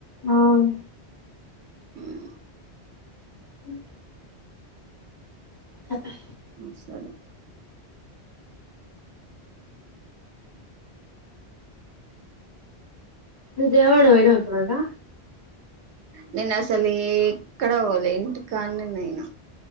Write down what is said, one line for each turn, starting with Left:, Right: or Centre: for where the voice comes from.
Left: ఆ
Right: ఉమ్
Left: హుమ్ ఆ బ్బ
Right: ఊమ్ సడే
Left: విజయ్ వాడ ఓయినవ ఎప్పుడన్నా
Right: నేన్ అస్సలే ఎక్కడవోలే ఇంటి కానే నేను